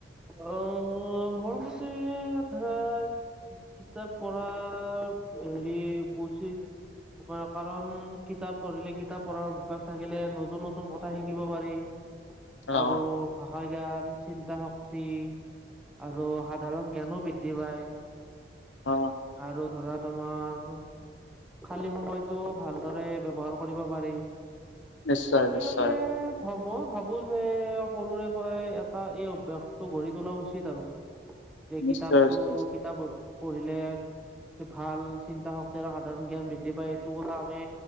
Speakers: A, in the centre; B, on the left.
A: অ মোৰ মতে ধৰা কিতাপ পঢ়া হেৰি বছি কাৰণ কিতাপ পঢ়িলে কিতাপ পঢ়াৰ অভ্য়াস থাকিলে নতুন নতুন কথা শিকিব পাৰি
B: অ',
A: আৰু ভাষা জ্ঞান চিন্তা শক্তি আৰু সাধাৰণ জ্ঞানো বৃদ্ধি পায়
B: অ
A: আৰু ধৰা তোমাৰ খালী সময়তটো ভালদৰে ব্যৱহাৰ কৰিব পাৰি
B: নিশ্চয়,
A: সেইবাবে
B: নিশ্চয়,
A: মই ভাবো যে সৰুৰে পৰাই এটা এই অভ্যাসটো গঢ়ি তোলা উচিত আৰু <inaudible> যে
B: নিশ্চয়
A: কিতাপটো
B: উচিত নিশ্চয়।
A: কিতাপ পঢ়িলে ভাল চিন্তা শক্তিৰ সাধাৰণ জ্ঞান বৃদ্ধি পায় এইটো কথা আমি